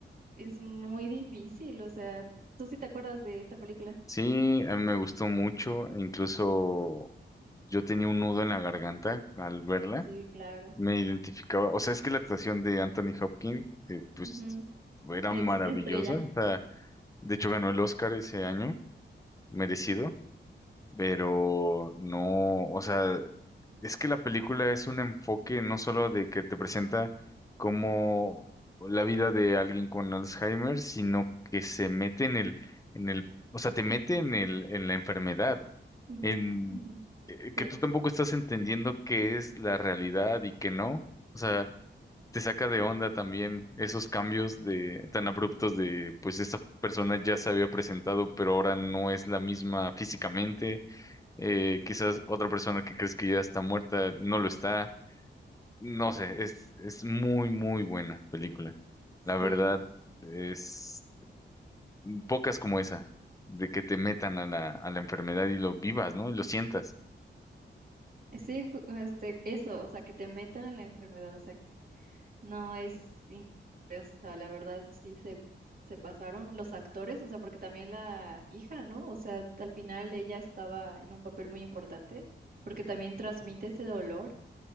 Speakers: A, on the right (about 50°); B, on the left (about 15°).
A: es muy difícil, o sea, ¿tú sí te acuerdas de esta película?
B: Sí, a mí me gustó mucho, incluso yo tenía un nudo en la garganta al verla,
A: Sí, claro.
B: me identificaba, o sea, es que la actuación de Anthony Hopkins, eh, pues,
A: Ujú.
B: era
A: Es-
B: maravillosa,
A: Estrella.
B: o sea, de hecho ganó el Oscar ese año, merecido, pero no, o sea, es que la película es un enfoque no solo de que te presenta como la vida de alguien con Alzheimer, sino que se mete en el, en el, o sea, te mete en el, en la enfermedad
A: Ujú,
B: en
A: ujú.
B: eh,
A: Sí,
B: que tú tampoco estás entendiendo qué es la realidad y qué no. O sea, te saca de onda también esos cambios de tan abruptos de pues esta persona ya se había presentado, pero ahora no es la misma físicamente. Eh, quizás otra persona que crees que ya está muerta no lo está. No sé, es, es muy, muy buena película.
A: sí.
B: La verdad, es pocas como esa, de que te metan a la, a la enfermedad y lo vivas, ¿no? Y lo sientas.
A: Sí, ju- este, eso, o sea, que te metan en la enfermedad, o sea, No, es increíble, o sea, la verdad sí se, se pasaron los actores, o sea, porque también la hija, ¿no? O sea, al final ella estaba en un papel muy importante, porque también transmite ese dolor.